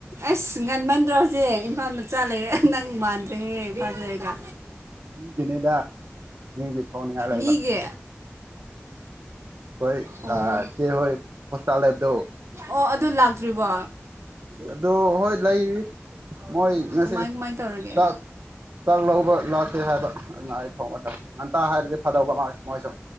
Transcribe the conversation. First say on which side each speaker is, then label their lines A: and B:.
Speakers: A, on the right; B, on the right.
A: ꯑꯩꯁ ꯉꯟꯃꯟꯗ꯭ꯔꯣ ꯍꯧꯖꯤꯛ ꯏꯝꯐꯥꯜ ꯃꯆꯥ ꯂꯩꯔꯦ
B: ꯑꯁ
A: ꯅꯪ ꯃꯥꯟꯗ꯭ꯔꯦꯍꯦ ꯏꯝꯐꯥꯜꯗ ꯂꯩꯔꯒ
B: ꯃꯤꯒꯤꯅꯤꯗ ꯃꯤꯒꯤ ꯊꯣꯡꯅꯤꯡꯉꯥꯏ ꯂꯩꯕ
A: ꯃꯤꯒꯤ
B: ꯑꯩꯈꯣꯏ
A: ꯑꯣ
B: ꯆꯦ ꯍꯣꯏ ꯍꯣꯁꯄꯤꯇꯥꯜ ꯂꯩꯕꯗꯣ
A: ꯑꯣ ꯑꯗꯨ ꯂꯥꯛꯇ꯭ꯔꯤꯕꯣ
B: ꯑꯗꯣ ꯍꯣꯏ ꯂꯩꯔꯤ ꯃꯣꯏ ꯉꯁꯤ
A: ꯀꯃꯥꯏ ꯀꯃꯥꯏ ꯇꯧꯔꯒꯦ
B: ꯆꯥꯛ ꯆꯥꯛ ꯂꯧꯕ ꯂꯥꯛꯇꯦ ꯍꯥꯏꯕ ꯑꯗꯨꯅ ꯑꯩ ꯊꯣꯡꯉꯕ ꯉꯟꯇꯥ ꯍꯥꯏꯔꯗꯤ ꯐꯗꯧꯕ ꯃꯣꯏ ꯃꯣꯏꯁꯨ